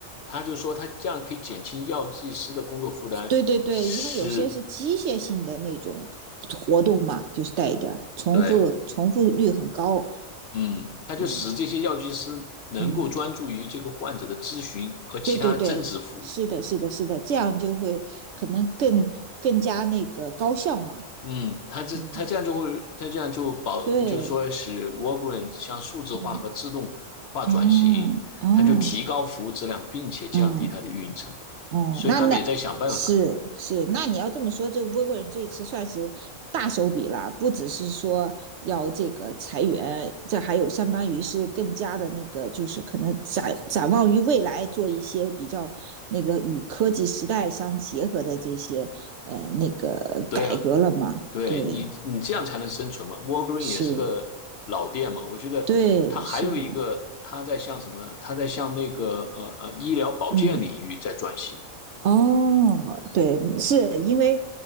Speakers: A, on the left; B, on the right.
A: 他就说他这样可以减轻药剂师的工作负担，
B: 对对对，
A: 使
B: 因为有些是机械性的那种活动嘛，就是带一点儿重复，
A: 对，
B: 重复率很高。
A: 嗯，他就使这些药剂师能够专注于这个患者的咨询和其他增值服务。
B: 嗯嗯，对对对，是的，是的，是的，这样就会可能更更加那个高效嘛。
A: 嗯，它这它这样就会，
B: 嗯，
A: 它这样就保，
B: 对，
A: 就是说使 Walgreens 向数字化和自动化转型，
B: 嗯，嗯嗯
A: 它就提高服务质量，并且降低它的运营成本，
B: 嗯。哦，
A: 所以他们也在想办法。
B: 那那是是，那你要这么说，这个波国人这一次算是大手笔了，不只是说要这个裁员，这还有相当于是更加的那个，就是可能展展望于未来，做一些比较那个与科技时代相结合的这些呃那个改革了嘛？
A: 对啊，对你你这样才能生存嘛。
B: 对，
A: Walgreens
B: 是，
A: 也是个老店嘛，我觉得它还有一个，
B: 对，是的，
A: 它在向什么呢？它在向那个呃呃医疗保健领域在转型。
B: 嗯。哦，对，是因为